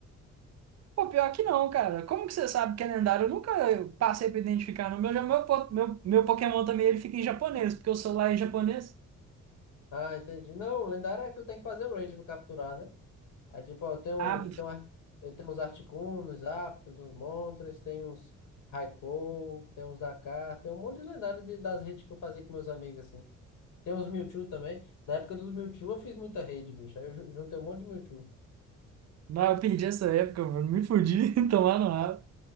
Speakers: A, on the right (about 60°); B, on the left (about 80°).
A: Pô, pior que não, cara. Como que você sabe que é lendário? Eu nunca passei pra identificar. No meu, já meu, po- meu, meu Pokémon também ele fica em japonês, porque o celular é em japonês.
B: Ah, entendi. Não, lendário é que tu tem que fazer o raid pra capturar, né? Aí, tipo, ó, tem um,
A: Ah,
B: tem um, ar- eu tenho uns Articuno, uns Zapdos, uns Moltres, tem uns Raikou, tem uns Dakar, tem um monte de lendário de- das redes que eu fazia com meus amigos, assim. Tem uns Mewtwo também. Na época dos Mewtwo eu fiz muita rede, bicho. Aí eu ju- juntei um monte de Mewtwo.
A: não, eu perdi essa época, mano. Me fudi, <laughs> tomar no rabo.